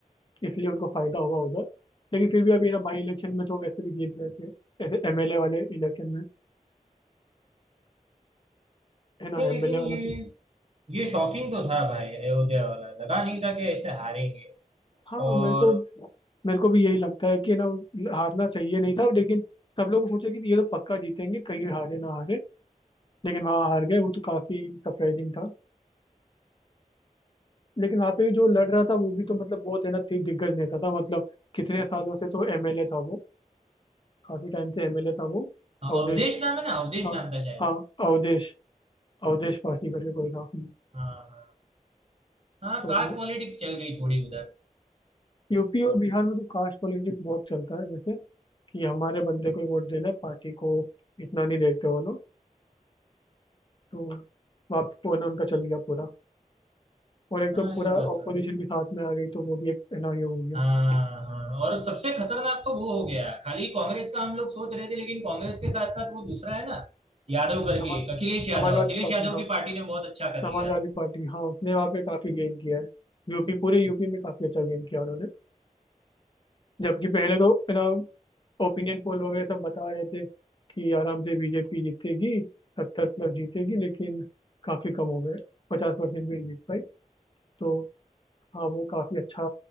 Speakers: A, on the left; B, on the right.
A: इसलिए उनको फायदा होगा उधर लेकिन फिर भी अभी ना बाई इलेक्शन में तो वैसे भी जीत गए थे ऐसे एमएलए वाले इलेक्शन में है ना
B: नहीं लेकिन
A: एमएलए
B: ये
A: वाला तो
B: ये शॉकिंग तो था भाई अयोध्या वाला लगा नहीं था कि ऐसे हारेंगे
A: हाँ
B: और
A: मेरे को मेरे को भी यही लगता है कि ना हारना चाहिए नहीं था लेकिन सब लोग सोचे कि ये तो पक्का जीतेंगे कहीं हारे ना हारे लेकिन वहाँ हार गए वो तो काफी सरप्राइजिंग था लेकिन वहाँ पे भी जो लड़ रहा था वो भी तो मतलब बहुत है ना थी- दिग्गज नेता था मतलब कितने सालों से तो एमएलए था वो काफी टाइम से एमएलए था वो
B: हाँ,
A: अवधेश
B: अवधेश नाम है ना अवधेश
A: हाँ
B: नाम था शायद
A: हाँ अवधेश अवधेश पासी करके कोई था हम्म,
B: हाँ हाँ हाँ
A: तो
B: कास्ट पॉलिटिक्स चल गई थोड़ी उधर
A: यूपी और बिहार में तो कास्ट पॉलिटिक्स बहुत चलता है वैसे कि हमारे बंदे को ही वोट देना है पार्टी को इतना नहीं देखते वो लोग तो वापस वो ना उनका चल गया पूरा और एक
B: हाँ
A: तो पूरा
B: ये बात
A: ऑपोजिशन
B: तो है
A: भी साथ में आ गई तो वो भी एक है ना ये हो गया
B: हाँ हाँ हाँ। और सबसे खतरनाक तो वो हो गया खाली कांग्रेस का हम लोग सोच रहे थे लेकिन कांग्रेस के साथ साथ वो दूसरा है ना यादव करके
A: समाज
B: एक अखिलेश यादव
A: समाजवादी
B: अखिलेश
A: पार्टी
B: यादव
A: हाँ।
B: की पार्टी ने बहुत अच्छा कर लिया
A: समाजवादी पार्टी हाँ उसने वहाँ पे काफी गेन किया है यूपी पूरे यूपी में काफी अच्छा गेन किया उन्होंने जबकि पहले तो है ना ओपिनियन पोल वगैरह सब बता रहे थे कि आराम से बीजेपी जीतेगी सत्तर प्लस जीतेगी लेकिन काफी कम हो गए पचास परसेंट में ही जीत पाई तो हाँ वो काफी अच्छा